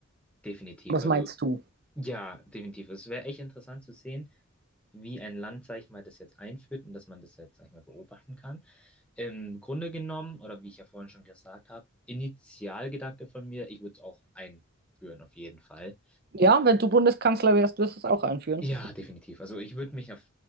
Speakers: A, in the centre; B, on the right.
A: Definitiv.
B: Was
A: Also
B: meinst du?
A: ja, definitiv. Es wäre echt interessant zu sehen, wie ein Land, sag ich mal, das jetzt einführt und dass man das jetzt, sag ich mal, beobachten kann. Im Grunde genommen, oder wie ich ja vorhin schon gesagt habe, Initialgedanke von mir, ich würde es auch einführen, auf jeden Fall.
B: Ja, wenn du Bundeskanzler wärst, wirst du es auch einführen.
A: Ja, definitiv. Also ich würde mich auf,